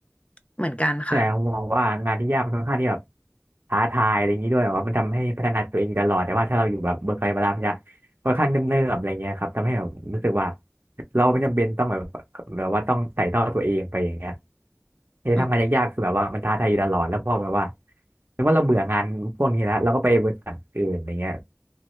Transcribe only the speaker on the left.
เหมือนกันค่ะ
อืม